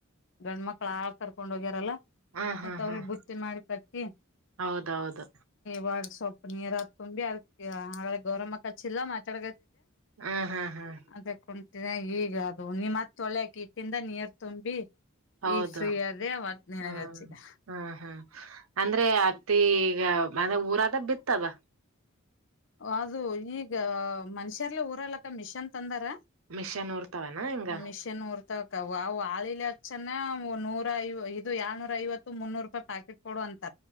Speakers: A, on the left; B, on the right.
A: ಗಂಡ್ಮಕ್ಳ ಆಾಳ್ ಕರ್ಕೊಂಡ್ ಹೋಗ್ಯಾರಲ್ಲ
B: ಹ್ಮ್
A: ಮತ್ತ
B: ಹ್ಮ್
A: ಅವ್ರಿಗೆ
B: ಹ್ಮ್
A: ಬುತ್ತಿ ಮಾಡಿ ಕತ್ತಿ
B: ಹೌದೌದು
A: ವಾಗ ಸ್ವಲ್ಪ ನೀರ್ ಆ ತುಂಬಿ ಅದಕ್ಕೆ ಹಾಗಡೆ ಗೌರಮ್ಮ ಕಚ್ಚಿಲ್ಲ ಮಾತಾಡ
B: ಹ್ಮ್ ಹ್ಮ್ ಹ್ಮ್
A: ಅದ ಕುಂತಿದೆ ಈಗ ಮತ್ ತಳೆಕಿ ಇಟ್ಟಿಂದ ನೀರ್ ತುಂಬಿ
B: ಹೌದು
A: ಈಗ ಫ್ರೀ ಅದೇ ಅವತ್ ನಿನಗ
B: ಹ್ಮ್
A: ಹಚ್ಚಿದೆ
B: ಹ್ಮ್ ಹ್ಮ್ ಅಂದ್ರೆ ಮ ಈಗ ಮ ಊರದ ಬಿತ್ತದ
A: ಅದು ಈಗ ಮನ್ಷ್ಯರ್ಲ್ಲ ಊರಲ್ಲಕ್ಕ ಮಿಷನ್ ತಂದಾರ
B: ಮಿಷನ್ ಊರ್ತಾವನ ಹಿಂಗ
A: ಮಿಷನ್ ಊರ್ ತಕ ವು ಆಳಿಲಿ ಹಚ್ಚನ ನೂರ ಐ ಇದು ಏಳ್ನೂರ ಐವತ್ತು ಮುನ್ನೂರು ರೂಪಾಯಿ ಪ್ಯಾಕೆಟ್ ಕೊಡುವ ಅಂತ